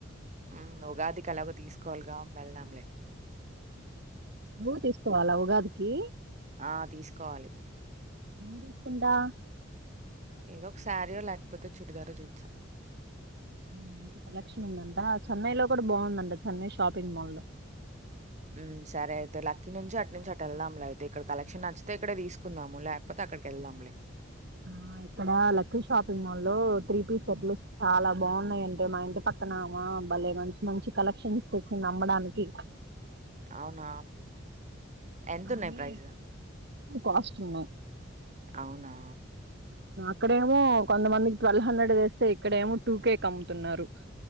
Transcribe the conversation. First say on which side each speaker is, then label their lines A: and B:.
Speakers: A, on the right; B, on the right.
A: హ్మ్ ఉగాదికి అలాగో తీసుకోవాలిగా వెళ్దాంలే.
B: నువ్వు తీసుకోవాలా ఉగాదికి.
A: ఆ తీసుకోవాలి.
B: ఏం తీసుకుంటా.
A: ఏదో ఒక శారీయో లేకపోతే చుడిదార చూస్తా.
B: మంచి కలెక్షన్ ఉందంట చెన్నై లో కూడా బాగుందంట చెన్నై షాపింగ్ మాల్.
A: హ్మ్మ్ సరే అయితే లక్కి నుంచి అటు నుంచి అటు వెళ్దాంలే అయితే ఇక్కడ కలెక్షన్ నచ్చితే ఇక్కడే తీసుకుందాము లేకపోతే అక్కడికి వెళ్దాంలే.
B: ఆ ఇక్కడ లక్కీ షాపింగ్ మాల్ లో త్రీ పీస్ సెట్లు చాలా బాగున్నాయింటే మా ఇంటి పక్కనమా బాలే మంచి మంచి కలెక్షన్ తెచ్చింది నమ్మడానికి.
A: అవున ఎంత
B: కానీ
A: ఉన్నాయి ప్రైస్
B: కాస్ట్ ఉన్నాయి
A: అవునా
B: ఇక్కడేమో కొంతమందికి ట్వెల్వ్ హండ్రెడ్ వేస్తే ఇక్కడేమో టూ కే కమ్ముతున్నారు